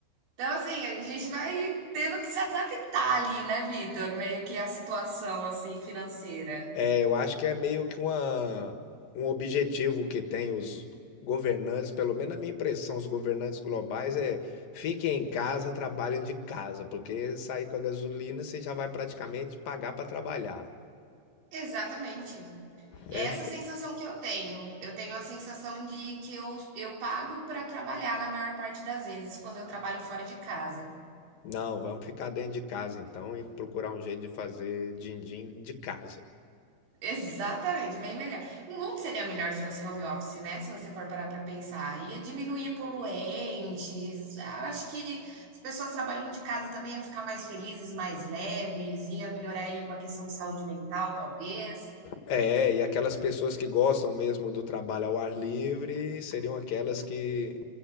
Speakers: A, on the right; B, on the left.
A: Então, assim, a gente vai tendo que se adaptar ali, né, Vitor? Meio que a situação, assim, financeira.
B: É, eu acho que é meio que uma, um objetivo que tem os governantes, pelo menos a minha impressão, os governantes globais é fiquem em casa, trabalhem de casa, porque sair com a gasolina você já vai praticamente pagar para trabalhar.
A: Exatamente. E
B: É.
A: é essa sensação que eu tenho. Eu tenho a sensação de que eu, eu pago para trabalhar na maior parte das vezes quando eu trabalho fora de casa.
B: Não, vamos ficar dentro de casa então e procurar um jeito de fazer din-din de casa.
A: Exatamente, bem melhor. O mundo seria melhor se fosse home office, né? Se você for parar para pensar. Ia diminuir poluentes. Ah, Acho que as pessoas trabalhando de casa também iam ficar mais felizes, mais leves. Ia melhorar aí uma questão de saúde mental, talvez.
B: É, e aquelas pessoas que gostam mesmo do trabalho ao ar livre seriam aquelas que